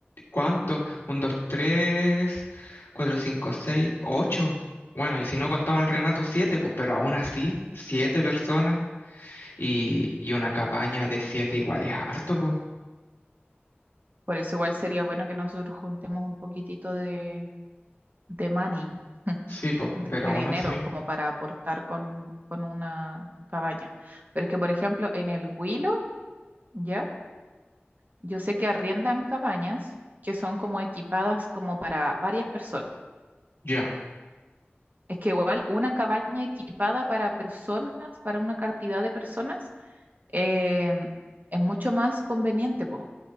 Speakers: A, on the left; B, on the right.
A: ¿cuántos? Un, dos, tres, cuatro, cinco, seis, ocho. Bueno, y si no contamos el Renato,
B: sí,
A: siete, pues, pero aún así, siete personas y, y una cabaña de siete igual es harto, pues.
B: por eso igual sería bueno que nosotros juntemos un poquitito de, de money,
A: Sí, pues,
B: de
A: pero aún
B: dinero,
A: así,
B: como para aportar con, con una cabaña. Pero es que, por ejemplo, en el Huilo, ¿ya? Yo sé que arriendan cabañas que son como equipadas como para varias personas.
A: ya.
B: Es que igual una cabaña equipada para personas, para una cantidad de personas, eh, es mucho más conveniente, pues.